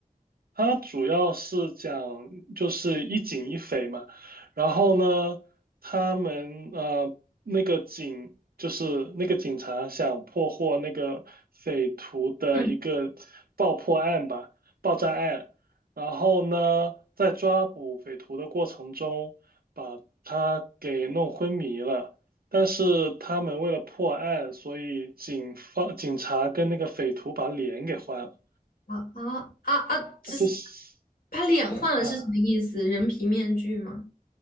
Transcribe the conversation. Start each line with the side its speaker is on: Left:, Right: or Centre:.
Right: 它主要是讲就是一警一匪嘛，然后呢，他们呃那个警就是那个警察想破获那个匪徒的一个爆破案吧，
Left: 嗯，
Right: 爆炸案，然后呢，在抓捕匪徒的过程中把他给弄昏迷了，但是他们为了破案，所以警方警察跟那个匪徒把脸给换了，
Left: 啊啊啊啊！这是
Right: 就是。
Left: 把脸换了是什么意思？
Right: 啊。
Left: 人皮面具吗？